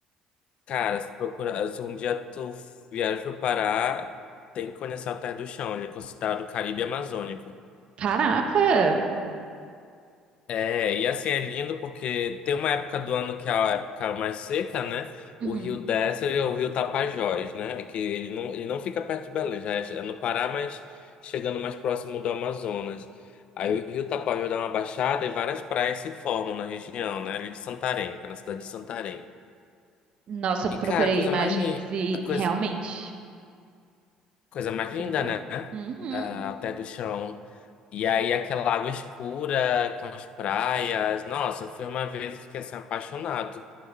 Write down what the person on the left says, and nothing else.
Cara, se, procura, se um dia tu viaja pro Pará, tem que conhecer Alter do Chão. Ele é considerado Caribe Amazônico.
É, e assim, é lindo porque tem uma época do ano que é a época mais seca, né?
O rio desce, ele é o rio Tapajós, né? Que ele não, ele não fica perto de Belém, já é é no Pará, mas chegando mais próximo do Amazonas. Aí o rio Tapajós dá uma baixada e várias praias se formam na região, né? Ali de Santarém, que é na cidade de Santarém.
E,
cara, a coisa
mais linda,
a coisa,
coisa mais linda,
né?
Ah, até do chão. E aí, aquela água escura com as praias. Nossa, eu fui uma vez e fiquei assim, apaixonado.